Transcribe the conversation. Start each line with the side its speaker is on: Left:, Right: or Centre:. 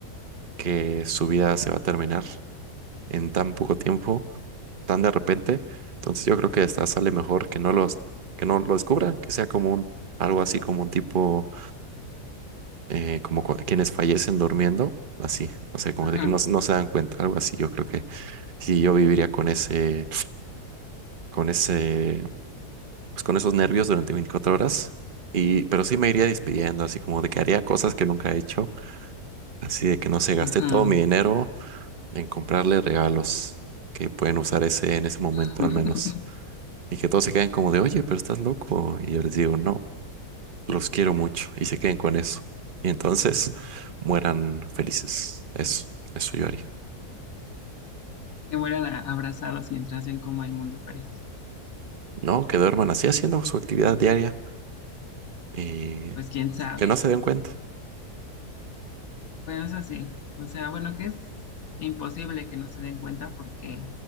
Right: que su vida se va a terminar en tan poco tiempo, tan de repente. Entonces yo creo que esta sale mejor que no los, que no lo descubran, que sea como un, algo así como un tipo, eh, como cua- quienes fallecen durmiendo, así, o sea, como
Left: Ajá,
Right: de que no, no se dan cuenta, algo así, yo creo que Sí, yo viviría con ese, con ese, pues con esos nervios durante 24 horas. Y, pero sí me iría despidiendo, así como de que haría cosas que nunca he hecho, así de que no se gasté
Left: ajá.
Right: todo mi dinero en comprarle regalos que pueden usar ese en ese momento
Left: <laughs>
Right: al menos. Y que todos se queden como de, oye, pero estás loco. Y yo les digo, no, los quiero mucho. Y se queden con eso. Y entonces mueran felices. Eso, eso yo haría.
Left: Que mueran a- abrazados mientras ven cómo el mundo parece.
Right: No, que duerman así haciendo su actividad diaria y
Left: Pues quién sabe.
Right: que no se den cuenta.
Left: Bueno, eso sí. O sea, bueno, que es imposible que no se den cuenta porque,